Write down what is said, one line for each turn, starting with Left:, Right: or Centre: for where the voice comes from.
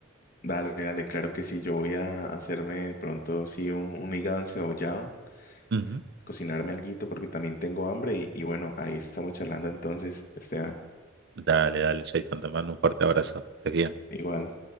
Left: dale, dale, claro que sí. Yo voy a hacerme pronto, sí, un, un hígado encebollado,
Right: Ujú.
Left: cocinarme alguito porque también tengo hambre y, y bueno, ahí estamos charlando entonces, Esteban.
Right: Dale, dale, Jason, te mando un fuerte abrazo. Que estés bien.
Left: Igual.